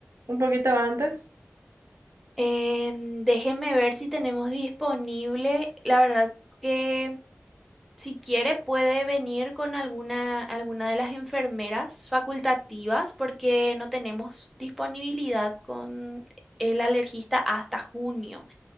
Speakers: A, on the right; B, in the centre.
A: ¿Un poquito antes?
B: Em, déjeme ver si tenemos disponible. La verdad que si quiere puede venir con alguna, alguna de las enfermeras facultativas porque no tenemos disponibilidad con el alergista hasta junio.